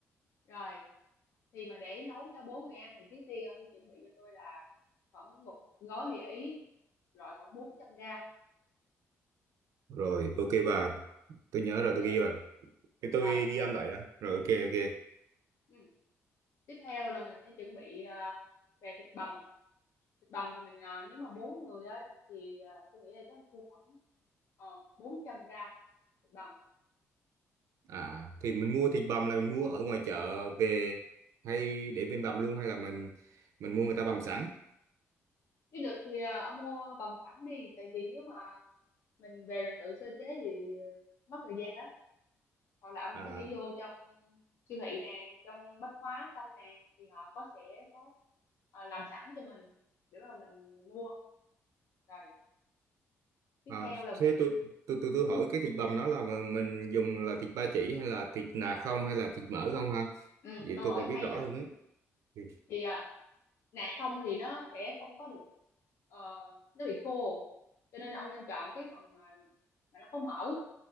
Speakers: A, on the left; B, on the right.
A: rồi. Thì mà để nấu cho bốn người ăn thì trước tiên ông sẽ chuẩn bị cho tôi là khoảng một gói mì Ý, loại khoảng 400 gram.
B: rồi
A: À,
B: ok bà tôi nhớ
A: nó
B: rồi
A: chưa?
B: tôi ghi rồi thì tôi
A: Rồi,
B: ghi âm lại đó rồi ok ok
A: ừ. Tiếp theo là mình sẽ chuẩn bị à, về thịt bằm thịt bằm thì mình à, nếu mà bốn người á thì à, tôi nghĩ là chắc mua khoảng uh, 400 gram thịt bằm
B: à thì mình mua thịt bằm là mình mua ở ngoài chợ về hay để bên bằm luôn hay là mình mình mua người ta bằm sẵn
A: nếu được thì à, ông mua bằm sẵn đi tại vì nếu mà mình về mình tự sơ chế thì ờ, mất thời gian lắm hoặc là ông
B: à,
A: có thể vô trong siêu thị nè trong bách hóa xanh nè thì họ có sẽ có ờ, làm sẵn cho mình để mà mình mua rồi tiếp
B: à
A: theo là
B: thế tôi tôi tôi tôi
A: ừ,
B: hỏi cái thịt bằm đó là mà mình dùng là thịt ba chỉ hay là thịt nạc không hay là thịt mỡ không ha
A: ừ,
B: vậy
A: câu
B: tôi
A: hỏi
B: còn biết
A: hay
B: rõ
A: nè
B: hơn ấy ừ
A: thì à, nạc không thì nó sẽ không có được ờ, nó bị khô cho nên ông nên chọn cái phần mà mà nó có mỡ